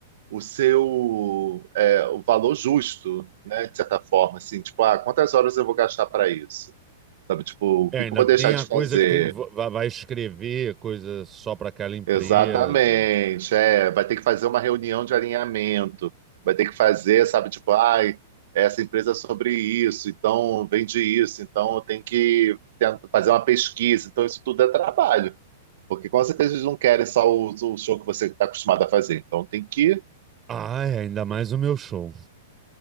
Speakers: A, on the right; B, on the right.
A: o seu é, o valor justo, né? De certa forma, assim, tipo, ah, quantas horas eu vou gastar para isso? Sabe, tipo, o
B: É,
A: que
B: ainda
A: que eu vou
B: tem
A: deixar
B: a
A: de
B: coisa
A: fazer?
B: que tem, va- vai escrever coisa só pra aquela empresa.
A: Exatamente, é, vai ter que fazer uma reunião de alinhamento, vai ter que fazer, sabe, tipo, ai, essa empresa é sobre isso, então vende isso, então eu tenho que ten- fazer uma pesquisa, então isso tudo é trabalho, porque com certeza eles não querem só o, o show que você está acostumado a fazer, então tem que,
B: Ah, é, ainda mais o meu show.